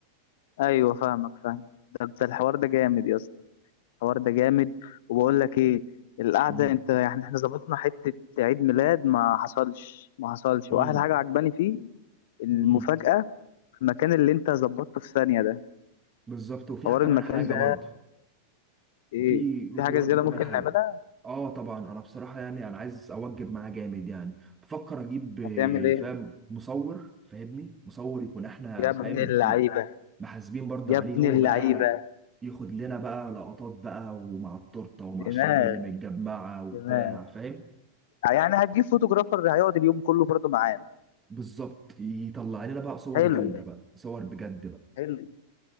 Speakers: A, on the left; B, on the right.
A: ايوه فاهمك فاهم ده ده الحوار ده جامد يا اسطى الحوار ده جامد وبقول لك ايه القعده
B: امم
A: انت يعني احنا ظبطنا حته عيد ميلاد ما حصلش ما حصلش
B: امم
A: واحلى حاجه عجباني فيه المفاجاه
B: امم
A: في المكان اللي انت ظبطته في ثانيه ده
B: بالظبط وفيها
A: حوار
B: كمان
A: المكان
B: حاجه
A: ده
B: برضو
A: ايه
B: وفي وفي
A: في حاجه
B: برضه
A: زياده
B: كمان
A: ممكن
B: حاجة
A: نعملها
B: اه طبعا انا بصراحة يعني انا عايز اوجب معاه جامد يعني بفكر اجيب آه،
A: هتعمل ايه
B: فاهم مصور فاهمني مصور يكون احنا
A: يا ابن
B: فاهم
A: اللعيبه
B: م- محاسبين برضه
A: يا
B: عليه
A: ابن
B: هو
A: اللعيبه
B: بقى ياخد لنا بقى لقطات بقى ومع التورتة ومع
A: دماغ
B: الشباب اللي متجمعة وبتاع
A: دماغ
B: فاهم
A: يعني هتجيب فوتوغرافر هيقعد اليوم كله برضه معانا
B: بالظبط يطلع لنا بقى صور
A: حلو
B: جامدة بقى صور بجد بقى
A: حلو